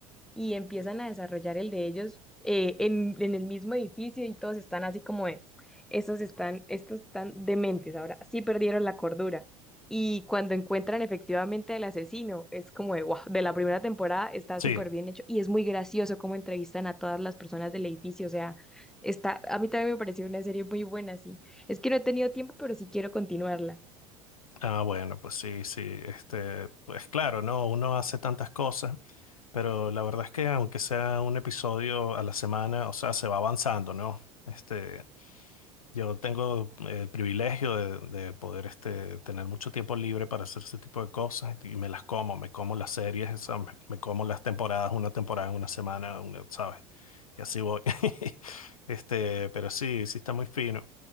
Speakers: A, in the centre; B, on the left.
A: y empiezan a desarrollar el de ellos eh, en, en el mismo edificio y todos están así como de, estos están, estos están dementes, ahora sí perdieron la cordura. Y cuando encuentran efectivamente al asesino, es como de, wow, de la primera temporada está
B: sí.
A: súper bien hecho y es muy gracioso cómo entrevistan a todas las personas del edificio. O sea, está, a mí también me pareció una serie muy buena, sí. Es que no he tenido tiempo, pero sí quiero continuarla.
B: Ah, bueno, pues sí, sí, este, pues claro, ¿no? Uno hace tantas cosas Pero la verdad es que aunque sea un episodio a la semana, o sea, se va avanzando, ¿no? Este, yo tengo el privilegio de, de poder este, tener mucho tiempo libre para hacer ese tipo de cosas y me las como, me como las series, o sea, me, me como las temporadas, una temporada en una semana, una, ¿sabes? Y así voy. <laughs> Este, pero sí, sí está muy fino.